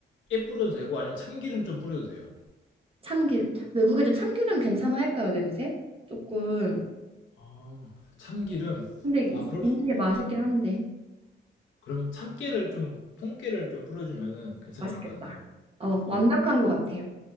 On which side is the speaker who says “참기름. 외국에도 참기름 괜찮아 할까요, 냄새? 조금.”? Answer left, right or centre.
Right